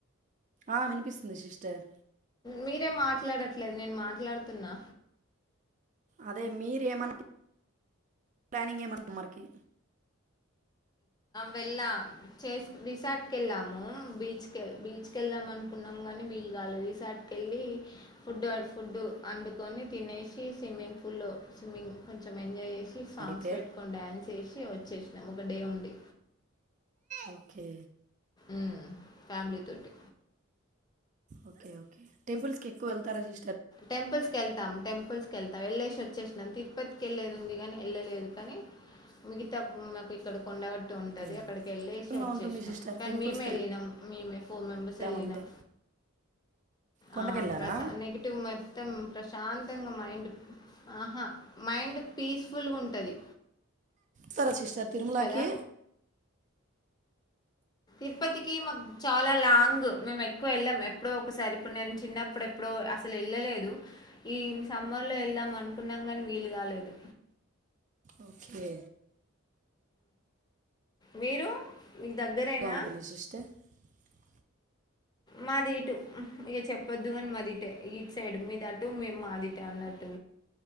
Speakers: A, on the right (about 35°); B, on the left (about 20°).
A: ఆ వినిపిస్తుంది సిస్టర్
B: మీరే మాట్లాడట్లేదు నేను మాట్లాడుతున్నా
A: అదే మీరేమన్న ప్లానింగ్ ఏమన్న మరికి
B: వెళ్ళా చేస్ రిసార్ట్ కెళ్ళాము బీచ్ కెళ్ బీచ్ కెళ్ళామను కున్నాం గాని వీలు గాలేదు రిసార్ట్కెళ్ళి ఫుడ్ ఫుడ్ అండుకొని తినేసి స్విమ్మింగ్ పూల్లో స్విమ్మింగ్ కొంచం ఎంజాయ్ చేసి సాంగ్స్
A: అయితే
B: పెట్టుకొని డాన్స్ ఏసి వచ్చేసినాం ఒక డే ఉండి
A: ఓకే
B: ఉమ్ ఫ్యామిలీ తోటి
A: ఓకే ఓకే టెంపుల్స్కి ఎక్కువ వెళ్తారా సి
B: టెంపుల్స్ కెళ్తాం టెంపుల్స్ కెళ్తాం ఎళ్ళేసి వచ్చేసినం తిరుపతికి ఎళ్లేది ఉంది కాని ఎళ్ళలేదు కానీ మిగతా మాకు ఇక్కడ కొండ ఉంటది
A: ఏ
B: అక్కడికి ఎళ్ళేసి
A: విధంగా
B: వచ్చేసినం
A: ఉంటుంది సిస్టర్
B: కానీ
A: టెంపుల్స్కి
B: మేమే ఎళ్ళినాం ఫోర్ మెంబేర్స్
A: వెళ్ళామంటే
B: ఎళ్ళినం
A: కొండకి
B: ఆ
A: వెళ్ళారా
B: ప్రస నెగిటివ్ మొత్తం ప్రశాంతంగా మైండ్ ఆహా మైండ్ పీస్ఫుల్గా ఉంటది
A: స్తారా సిస్టర్ తిరుమలకి
B: కదా తిరుపతికి మాకు చాలా లాంగ్ మేము ఎక్కువ వెళ్ళాం ఎప్పుడో ఒకసారి ఇప్పుడు నేను చిన్నప్పుడు ఎప్పుడో అసలు వెళ్ళలేదు ఈ సమ్మర్ లో వెళ్దాం అనుకున్నాం గాని వీలు కాలేదు
A: ఓకే
B: మీరు మీకు దగ్గరేనా
A: ఇలా ఉంటు నిసి ఇస్తే <unintelligible>
B: మాది ఇటు ఇగ చెప్పొద్దు గాని మాదిటే ఈటు సైడ్ మీది అటు మే మాదిటే అన్నట్టు